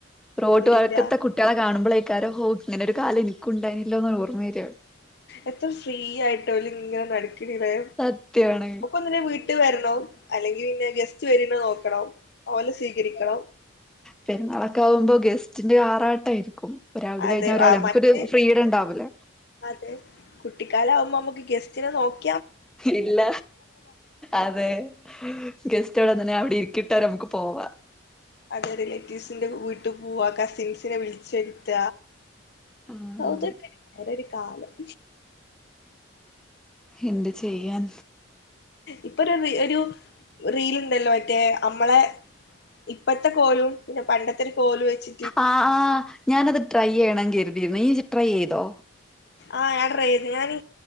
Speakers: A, in the centre; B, on the left.
A: റോഡ്
B: ഇല്ല
A: വഴക്കത്തെ കുട്ട- കുറ്റള കാണുമ്പോഴേകരം ഹോ- ഇങ്ങനെ കാലം- എനിക്കുണ്ടായില്ലോന്ന് ഓർമ്മ വരിയാണ്.
B: എത്ര ഫ്രീ ആയിട്ടല ഇങ്ങനെ നടക്കണിലേ.
A: സത്യാണ്.
B: പിന്നെ വീട്ട വരണം, അല്ലെങ്കിൽ- പിന്നെ ഗസ്റ്റ് വരൻണ്ടോ നോക്കണം, ഓലെ സ്വീകരിക്കണം.
A: പെന്നാളൊക്കെ ആകുമ്പോ- ഗെസ്റ്റിന്റെ ആറാട്ടായിരിക്കും. ഒരാൾത്
B: അതെ
A: കഴിഞ്ഞാ ഒരാളെ-
B: ആഹ്
A: നമുകോരു
B: മറ്റ്
A: ഫ്രീഡം ഉണ്ടാവില്ല.
B: അതെ കുട്ടിക്കാല ആവുമ്പോ- നമുക്ക് ഗെസ്റ്റിനെ നോക്ക-
A: ഇല്ല, അതെ ഗസ്റ്റ്. ടെന്നെ അവിടെ ഇരിക്കിട്ടരെ നമുക്ക് പോവാം.
B: അതെ റിലേറ്റീവ്സിന്റെ വീട്ട് പോവാ കസിൻസിനെ വിളിച്ചെര്ത്ത
A: ആഹ്
B: അതൊക്കെ വേറരു കാലം
A: എന്ത് ചെയ്യാൻ
B: ഇപ്പൊ ഒരു റീ ഒരു റീല് ഉണ്ടല്ലോ മറ്റേ അമ്മളെ ഇപ്പത്തെ കോലും പിന്നെ പണ്ടത്തെ ഒരു കോലും വെച്ച്
A: ആ ആ ഞാനത് ട്രൈയ്യയണം കര്തിയിരുന്നു ഇയ്യ്‌ ജ്ജ് ട്രൈ യ്യയ്തോ
B: ആ ഞാൻ ട്രൈയ്യയ്ത് ഞാന്